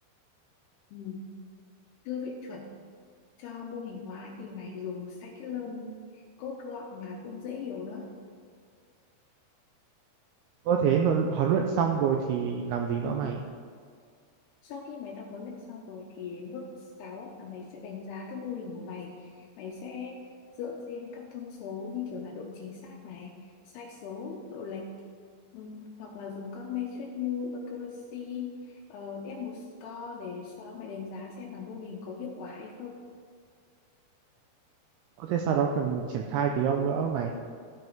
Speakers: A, on the left; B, on the right.
A: ừ. đưa viện chuẩn cho mô hình hóa thì mày dùng scikit-learn code gọn mà cũng dễ hiểu nữa
B: Có thể huấn huấn luyện xong rồi thì làm gì nữa mày?
A: Sau khi mày đã huấn luyện xong rồi thì đến bước 6 là mày sẽ đánh giá cái mô hình của mày. Mày sẽ dựa trên các thông số như kiểu là độ chính xác này, sai số, độ lệch ừm, hoặc là dùng các metric như accuracy, uh, F1 score để sau đó mày đánh giá xem là mô hình có hiệu quả hay không.
B: Có thể sau đó cần triển khai gì không nữa mày?